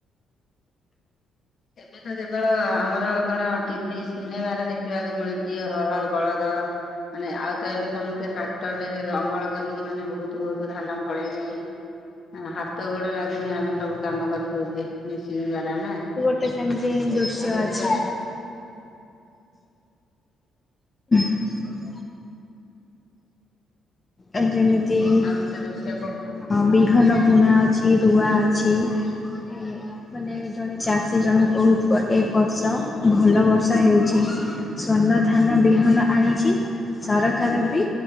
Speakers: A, on the left; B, on the left.
A: ଏବେ ତ କେବଳ ଆମର କଣ ଟିଭି ସିନେମାରେ ଦେଖିବାକୁ ମିଳୁଚି ହଳ ବଳଦ। ମାନେ ଆଉ ତ ଏବେ ସମସ୍ତେ ଟ୍ରାକ୍ଟର ରେ ଅମଳ କରିକି ମାନେ ବହୁତ ବହୁତ ଧାନ ଫଳେଇଲେଣି। ହ ହାତ ଗୋଡ ଲାଗୁନି ଆମେ ସବୁ କାମ କରିଦଉଚେ ମେସିନ୍ ଦ୍ଵାରା ନା।
B: ଏତ ସେମିତି ଦୃଶ୍ୟ
A: ଆଉ ବେଶୀ
B: ଅଛି। <inaudible> ଆ ଯେମିତି ବି
A: ଆଉ ଗୋଟେ ଦୃଶ୍ୟ କ
B: ବିହନ ବୁଣା ଅଛି ରୁଆ ଅଛି। ଏ ମାନେ ଜଣେ ଚାଷୀ ଜଣ କହୁଥିବ ଏ ବର୍ଷ ଭଲ ବର୍ଷା ହେଉଚି ଶ୍ୱର୍ଣ୍ଣ ଧାନ ବିହନ ଆଣିଛି। ସରକାର ବି